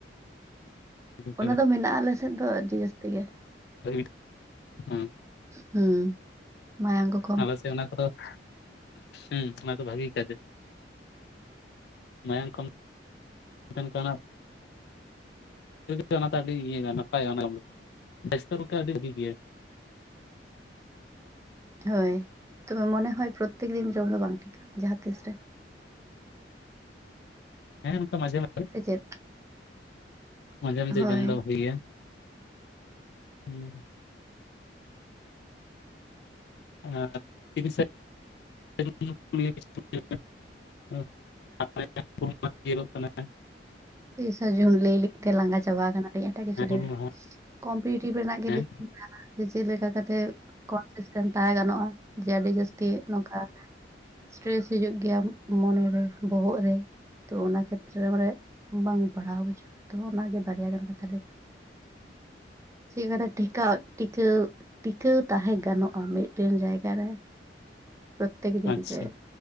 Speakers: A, on the left; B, on the right.
A: ᱦᱮᱸ
B: ᱚᱱᱟ ᱫᱚ ᱢᱮᱱᱟᱜᱼᱟ ᱟᱞᱮ ᱥᱮᱫ ᱫᱚ ᱟᱹᱰᱤ ᱡᱟᱹᱥᱛᱤ ᱜᱮ।
A: <unintelligible>
B: ᱦᱩᱸ ᱢᱟᱭᱟᱝ ᱠᱚ ᱼᱼ
A: ᱟᱞᱮ ᱥᱮᱫ ᱚᱱᱟ ᱠᱚᱫᱚ ᱼᱼ ᱦᱮᱸ ᱚᱱᱟ ᱫᱚ ᱵᱷᱟᱜᱤ ᱠᱟᱡᱮ ᱢᱟᱭᱟᱝ ᱠᱚ <unintelligible> <unintelligible> ᱟᱹᱰᱤ ᱤᱭᱟᱹ ᱱᱟᱯᱟᱭ ᱚᱱᱟ ᱵᱮᱥᱛᱚ <unintelligible> ᱯᱚᱠᱽᱠᱷᱮ ᱟᱹᱰᱤ ᱵᱷᱟᱹᱜᱤ ᱜᱮᱭᱟ।
B: ᱦᱚᱭ ᱛᱚᱵᱮ ᱢᱚᱱᱮ ᱦᱚᱭ ᱯᱨᱚᱛᱛᱮᱠ ᱫᱤᱱ ᱡᱚᱢ ᱫᱚ ᱵᱟᱝ ᱴᱷᱤᱠᱟ ᱡᱟᱦᱟᱸ ᱛᱤᱥ ᱨᱮ।
A: ᱦᱮᱸ ᱱᱚᱝᱠᱟ ᱢᱟᱡᱷᱮ ᱢᱟᱡᱷᱮ
B: ᱥᱮ ᱪᱮᱫ?
A: ᱢᱟᱡᱷᱮ ᱢᱟᱡᱷᱮ
B: ᱦᱳᱭ
A: ᱡᱚᱢ ᱫᱚ ᱦᱩᱭ ᱜᱮᱭᱟ᱾ <inaudible> ᱟᱨ ᱛᱤᱨᱤᱥᱮ <unintelligible>
B: ᱛᱤᱨᱤᱥᱮ ᱡᱩᱱ ᱞᱟᱹᱭ ᱞᱟᱹᱭ ᱛᱮ ᱞᱟᱸᱜᱟ ᱪᱟᱵᱟ ᱠᱟᱱᱟᱞᱤᱧ, ᱮᱴᱟᱜ
A: ᱦᱮᱸ
B: ᱠᱤᱪᱷᱩ
A: ᱦᱩᱞ ᱢᱟᱦᱟ
B: ᱠᱚᱢᱯᱤᱴᱤᱴᱤᱵᱷ ᱨᱮᱱᱟᱜ ᱜᱮ
A: ᱦᱮᱸ
B: ᱞᱟᱹᱭ ᱵᱤᱱ। ᱡᱮ ᱪᱮᱫ ᱞᱮᱠᱟ ᱠᱟᱛᱮ <unintelligible> ᱛᱟᱦᱮᱸ ᱜᱟᱱᱚᱜᱼᱟ, ᱡᱮ ᱟᱹᱰᱤ ᱡᱟᱹᱥᱛᱤ ᱱᱚᱝᱠᱟ ᱥᱴᱨᱮᱥ ᱦᱤᱡᱩᱜ ᱜᱮᱭᱟ, ᱢᱚᱱᱮ ᱨᱮ ᱵᱚᱦᱚᱜ ᱨᱮ ᱛᱚ ᱚᱱᱟ ᱠᱷᱮᱛᱨᱮ ᱢᱟᱱᱮ ᱵᱟᱝ ᱯᱟᱲᱦᱟᱣ ᱵᱩᱡᱷᱟᱹᱜᱼᱟ ᱛᱚ, ᱚᱱᱟ ᱜᱮ ᱵᱟᱨᱭᱟ ᱜᱟᱱ ᱠᱟᱛᱷᱟ ᱞᱟᱹᱭ ᱵᱮᱱ? ᱪᱮᱫ ᱠᱟᱛᱮ ᱴᱮᱠᱟᱣ ᱴᱤᱠᱟᱹᱣ ᱴᱤᱠᱟᱹᱣ ᱛᱟᱦᱮᱸ ᱜᱟᱱᱚᱜᱼᱟ, ᱢᱤᱫᱴᱮᱱ ᱡᱟᱭᱜᱟ ᱨᱮ? ᱯᱨᱚᱛᱮᱠ ᱫᱤᱱ
A: ᱟᱪᱪᱷᱟ
B: ᱡᱮ